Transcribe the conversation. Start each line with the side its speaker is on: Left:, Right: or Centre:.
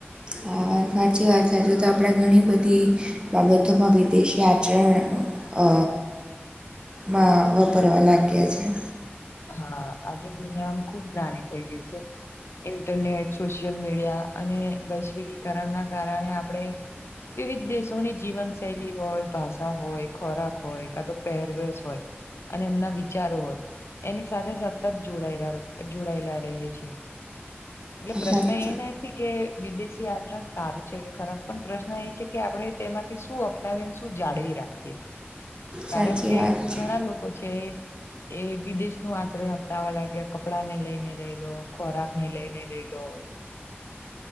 Right: હા સાચી વાત છે જો તો આપડા ઘણી બધી બાબતોમાં વિદેશી આચરણ અ માં વપરવા લાગ્યા છે.
Left: હા આજે દુનિયામ ખુબ નાની થઇ ગઈ છે. ઇન્ટરનેટ સોશિયલ મીડિયા અને વૈશ્વિકકરણના કારણે આપણે વિવિધ દેશોની જીવન શૈલી હોય ભાષા હોય ખોરાક હોય કા તો પહેરવેશ હોય અને એમના વિચારો હોય એની સાથે સતત જોડાય જોડાયેલા રહીએ છીએ. એટલે પ્રશ્ન
Right: સાચી
Left: એન કે વિદેશી આચરણ સારું છે કે ખરાબ પણ પ્રશ્ન એ છે કે આપણે તેમાંથી શું શું જાળવી રાખીએ. કારણ
Right: સાચી
Left: કે
Right: વાત છે
Left: ઘણા લોકો છે એ વિદેશ નું આચરણ અપનાવા લાગ્યા કપડાં ને લઈને લઈ લો ખોરાક ને લઈને લઈ લો